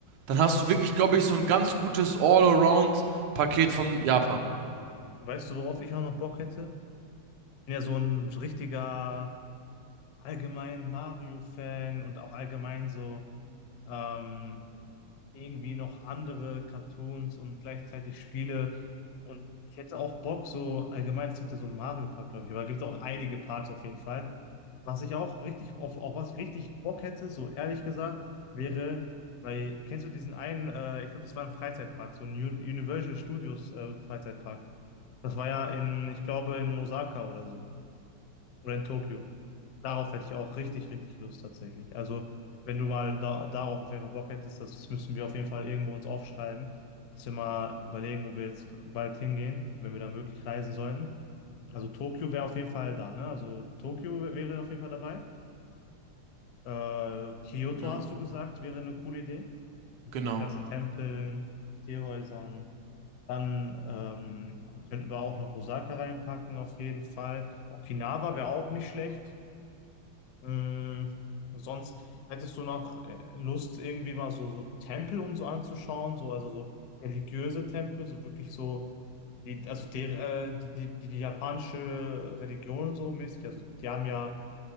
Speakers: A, on the right (about 85°); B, on the left (about 65°).
A: Dann hast du wirklich, glaube ich, so ein ganz gutes All-Around-Paket von Japan.
B: weißt du, worauf ich auch noch Bock hätte? Bin ja so ein richtiger allgemein Mario-Fan und auch allgemein so ähm, irgendwie noch andere Cartoons und gleichzeitig Spiele. Und ich hätte auch Bock, so allgemein, es gibt ja so einen Mario-Park, glaube ich, aber es gibt auch einige Parks auf jeden Fall. Was ich auch richtig, auf, auf was ich richtig Bock hätte, so ehrlich gesagt, wäre, weil, kennst du diesen einen, äh, ich glaube, das war ein Freizeitpark, so ein Un- Universal Studios äh, Freizeitpark. Das war ja in, ich glaube, in Osaka oder so. Rent Tokyo. Darauf hätte ich auch richtig, richtig Lust tatsächlich. Also, wenn du mal da, darauf auf jeden Fall Bock hättest, das müssen wir auf jeden Fall irgendwo uns aufschreiben, dass wir mal überlegen, wo wir jetzt bald hingehen, wenn wir dann wirklich reisen sollten. Also, Tokio wäre auf jeden Fall da, ne? Also, Tokio wär- wäre auf jeden Fall dabei. Äh, Kyoto
A: Ja,
B: hast du gesagt, wäre eine coole Idee. Mit
A: genau.
B: den ganzen Tempeln, Teehäusern. Dann ähm, könnten wir auch noch Osaka reinpacken, auf jeden Fall. Okinawa wäre auch nicht schlecht. Hm, sonst hättest du noch äh, Lust, irgendwie mal so, so Tempel und so anzuschauen, so, also so religiöse Tempel, so wirklich so, die, also die, äh, die, die, die japanische Religion so mäßig, also die haben ja